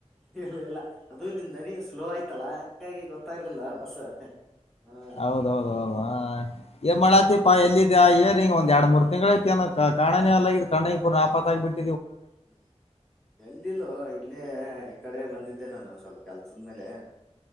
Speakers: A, in the centre; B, on the left.
A: ಇಲ್ಲ ಇಲ್ಲ ಅದು ನಿನ್ ದನಿ ಸ್ಲೋ ಆಯ್ತಲ್ಲಾ ಹಂಗಾಗಿ ಗೊತ್ತಾಗ್ಲಿಲ್ಲ ಬಸ್ ಹ
B: ಹೌದೌದ ಹೌದಾ ಎ ಮಳತಿ ಾ ಎಲ್ಲಿದೆ ಆ ಇಯರ್ಂಗ ಒಂದ ಎರ ಮೂರು ತಿಂಗಳ ಐತಿ ಅ ಕಾಣೇ ಎಲ್ಲ ಇದ ಕಣ್ಣೂರ್ ನಾಪತ್ತ ಆಗಬ ಬಿಟ್ಟು
A: ಹ್ಮ ಎಲ್ಲಿಲ್ಲ ಇಲ್ಲ ಈ ಕಡೆ ಬಂದಿದ್ದೆ ನಾನು ಸ್ವಲ್ಪ ಕೆಲ್ಸದ ಮೇಲೆ